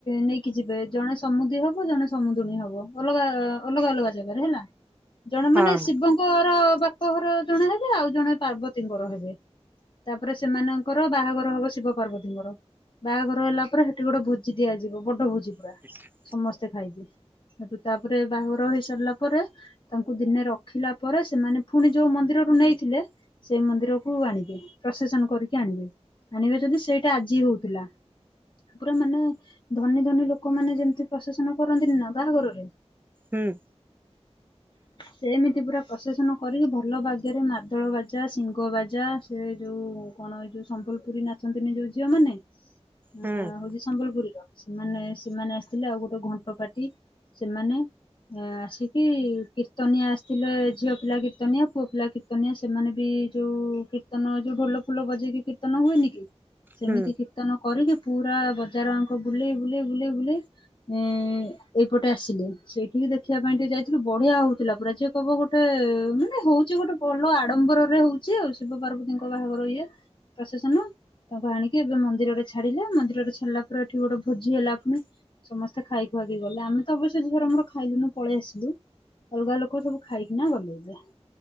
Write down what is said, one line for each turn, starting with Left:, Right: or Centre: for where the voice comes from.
Left: ନେଇକି ଯିବେ ଜଣେ ସମୁଦି ହବ ଜଣେ ସମୁଦୁଣୀ ହବ ଅଲଗା ଅଲଗା ଅଲଗା ଜାଗାରେ ହେଲା ଜଣେ ମାନେ
Right: ହଁ
Left: ଶିବ ଙ୍କର ବାପଘର ଜଣେ ହେବେ ଆଉ ଜଣେ ପାର୍ବତୀଙ୍କର ହେବେ। ତାପରେ ସେମାନଙ୍କର ବାହାଘର ହବ ଶିବ-ପାର୍ବତୀଙ୍କର। ବାହାଘର ହେଲା ପରେ ସେଠି ଗୋଟେ ଭୋଜି ଦିଆଯିବ ବଡ ଭୋଜି ପୁରା।
Right: <unintelligible>
Left: ସମସ୍ତେ ଖାଇବେ ସେଠୁ ତାପରେ ବାହାଘର ହେଇ ସାରିଲା ପରେ ତାଙ୍କୁ ଦିନେ ରଖିଲା ପରେ ସେମାନେ ଫୁଣି ଯୋଉ ମନ୍ଦିରରୁ ନେଇଥିଲେ ସେଇ ମନ୍ଦିରକୁୁ ଆଣିବେ ପ୍ରଶେସନ କରିକି ଆଣିବେ। ଆଣିବେ ଯଦି ସେଇଟା ଆଜି ହଉଥିଲା। ପୁରା ମାନେ ଧନୀ ଧନୀ ଲୋକମାନେ ଯେମିତି ପ୍ରଶେସନ କରନ୍ତିନି ନା ବାହାଘରରେ
Right: ହୁଁ।
Left: ସେମିତି ପୁରା ପ୍ରଶେସନ କରିକି ଭଲ ବାଗରେ ମାଦଳ ବାଜା, ଶିଙ୍ଘ ବାଜା ସେ ଯୋଉ କଣ ଏଇ ଯୋଉ ସମ୍ବଲପୁରୀ ନାଚନ୍ତିନି ଯୋଉ ଝିଅ ମାନେ
Right: ହୁଁ
Left: ଆଁ ହଉଚି ସମ୍ବଲପୁରୀର ସେମାନେ ସେମାନେ ଆସିଥିଲେ ଆଉ ଗୋଟେ ଘଣ୍ଟ ପାର୍ଟି ସେମାନେ ଆସିକି କୀର୍ତ୍ତନିଆ ଆସିଥିଲେ ଝିଅ ପିଲା କୀର୍ତ୍ତନିଆ ପୁଅ ପିଲା କୀ କୀର୍ତ୍ତନିଆ ସେମାନେ ବି ଯୋଉ କୀର୍ତ୍ତନ ଯୋଉ ଢୋଲ ଫୋଲ ବଜେଇକି କୀର୍ତ୍ତନ ହୁଏନି କି ସେମିତି
Right: ହୁଁ
Left: କୀର୍ତ୍ତନ କରିକି ପୁରା ବଜାର ଆଙ୍କ ବୁଲେଇ ବୁଲେଇ ବୁଲେଇ ବୁଲେଇ ଏଁ ଏଇପଟେ ଆସିଲେ ସେଇଠିକି ଦେଖିବା ପାଇଁ ଟିକେ ଯାଇଥିଲୁ ବଢିଆ ହଉଥିଲା ପୁରା ଯିଏ କହିବ ଗୋଟେ ମାନେ ହଉଚି ଗୋଟେ ଭଲ ଆଡମ୍ବର ରେ ହଉଚି ଆଉ ଶିବ-ପାର୍ବତୀଙ୍କ ବାହାଘର ଇଏ ପ୍ରଶେସନ୍। ତାଙ୍କୁ ଆଣିକି ଏବେ ମନ୍ଦିର ଛାଡିଲେ ମନ୍ଦିର ରେ ଛାଡିଲା ପରେ ଏଠି ଗୋଟେ ଭୋଜି ହେଲା ଫୁଣି। ସମସ୍ତେ ଖାଇ ଖୁଆକି ଗଲେ ଆମେ ତ ଅବଶ୍ୟ ଝିଅର ମୋର ଖାଇଲୁନୁ ପଳେଇ ଆସିଲୁ। ଅଲଗା ଲୋକ ସବୁ ଖାଇକିନା ଗଲେ ଯାଃ।